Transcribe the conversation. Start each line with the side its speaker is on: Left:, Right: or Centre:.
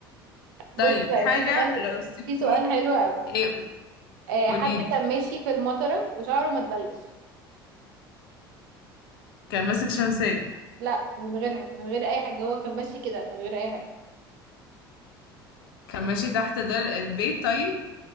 Right: <laughs> بص
Left: طيب
Right: طيب
Left: حاجة
Right: في سؤال
Left: لو سبت
Right: في سؤال حلو قوي
Left: ايه
Right: آه
Left: قوليلي
Right: حد كان ماشي في المطرة وشعره ما تبلش
Left: كان ماسك شمسية
Right: لا من غيرها من غير اي حاجة هو كان ماشي كده من غير اي حاجة
Left: كان ماشي تحت دار البيت طيب